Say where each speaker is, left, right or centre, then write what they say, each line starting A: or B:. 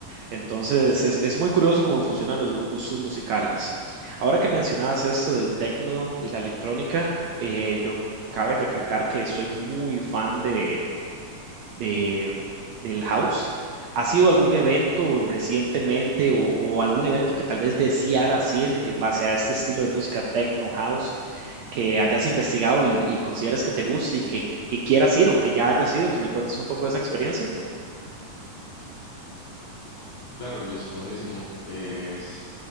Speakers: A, on the right (about 75°); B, on the left (about 70°).
A: Entonces, es, es muy curioso cómo funcionan los gustos musicales. Ahora que mencionabas esto del techno y la electrónica, eh, yo cabe recalcar que soy muy fan de, de- mm, del house. ¿Ha sido algún evento recientemente o, o algún evento que tal vez desearas ir en base a este estilo de música techno house que hayas investigado y, y consideras que te guste y que, que quieras ir o que ya hayas ido? Que me cuentes un poco de esa experiencia.
B: Claro, Luis, buenísimo. Eh, es,